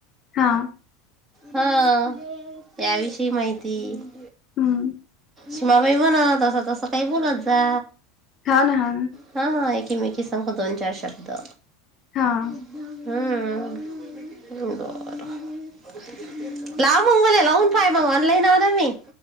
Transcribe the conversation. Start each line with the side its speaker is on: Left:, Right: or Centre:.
Left: हा
Right: हं याविषयी माहिती.
Left: हम्म.
Right: सीमाबाई विगून तसं तसं काही बोलत जा
Left: हो ना हा.
Right: हां एकीमिकी संग दोन चार शब्द
Left: हां.
Right: हम्म <unintelligible> लाव मंग मले लावून पाय मग ऑनलाईन हाय ना मी